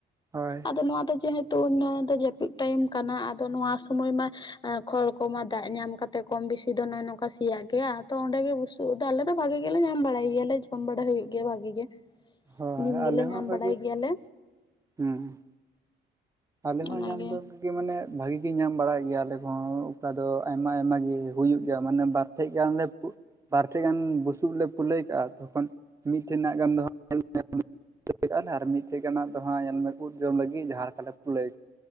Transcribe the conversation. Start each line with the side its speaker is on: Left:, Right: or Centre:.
Right: ᱦᱳᱭ᱾
Left: ᱟᱫᱚ ᱱᱚᱣᱟ ᱫᱚ ᱡᱮᱦᱮᱛᱩ ᱱᱚᱣᱟ ᱫᱚ ᱡᱟᱹᱯᱤᱫ ᱴᱟᱭᱤᱢ ᱠᱟᱱᱟ ᱟᱫᱚ ᱱᱚᱣᱟ ᱥᱩᱢᱚᱭ ᱢᱟ ᱟᱸ ᱠᱷᱚᱲ ᱠᱚᱢᱟ ᱫᱟᱜ ᱧᱟᱢ ᱠᱟᱛᱮ ᱠᱚᱢ ᱵᱤᱥᱤ ᱫᱚ ᱱᱚᱜ-ᱚᱭ ᱱᱚᱝᱠᱟ ᱥᱮᱭᱟᱜ ᱜᱮᱭᱟ ᱛᱚ ᱚᱸᱰᱮ ᱜᱮ ᱵᱩᱥ ᱩᱫᱽ ᱫᱚ ᱟᱞᱮ ᱫᱚ ᱵᱷᱟᱜᱮ ᱜᱮᱞᱮ ᱧᱟᱢ ᱵᱟᱲᱟᱭ ᱜᱮᱭᱟᱞᱮ ᱡᱚᱢ ᱵᱟᱲᱟ ᱦᱩᱭᱩᱜ ᱜᱮ ᱵᱷᱟᱜᱤ ᱜᱮ,
Right: ᱦᱳᱭ
Left: ᱫᱤᱱ
Right: ᱟᱞᱮ
Left: ᱜᱮᱞᱮ
Right: ᱦᱚᱸ
Left: ᱧᱟᱢ
Right: ᱚᱱᱠᱟ
Left: ᱵᱟᱲᱟᱭ
Right: ᱜᱮ
Left: ᱜᱮᱭᱟᱞᱮ᱾
Right: ᱦᱩᱸ᱾ ᱟᱞᱮ
Left: ᱚᱱᱟᱜᱮ
Right: ᱦᱚᱸ ᱧᱟᱢ ᱫᱚᱞᱮ ᱜᱮ ᱢᱟᱱᱮ ᱵᱷᱟᱜᱤ ᱜᱮ ᱧᱟᱢ ᱵᱟᱲᱟᱭᱮᱫ ᱜᱮᱭᱟ ᱟᱞᱮ ᱦᱚᱸ ᱚᱠᱟ ᱫᱚ ᱟᱭᱢᱟ ᱟᱭᱢᱟ ᱜᱤ ᱦᱩᱭᱩᱜ ᱜᱮᱭᱟ ᱢᱟᱱᱮ ᱵᱟᱨ ᱴᱷᱮᱡ ᱜᱟᱱ ᱞᱮ ᱛᱩᱜ ᱵᱟᱨ ᱴᱷᱮᱡ ᱜᱟᱱ ᱵᱩᱥᱩᱵ ᱞᱮ ᱯᱩᱞᱟᱹᱭ ᱠᱟᱜᱼᱟ ᱛᱚᱠᱷᱚᱱ ᱢᱤᱫᱴᱷᱮᱱᱟᱜ ᱜᱟᱱ ᱫᱚᱦᱟᱸᱜ <unintelligible> <unintelligible> ᱟᱨ ᱢᱤᱫᱴᱷᱮᱡ ᱜᱟᱱᱟᱜ ᱫᱚ ᱦᱟᱸᱜ ᱧᱮᱞ ᱢᱮ ᱩᱫ ᱡᱚᱢ ᱞᱟᱹᱜᱤᱫ ᱡᱟᱦᱟᱸ ᱞᱮᱠᱟᱞᱮ ᱞᱟᱹᱭ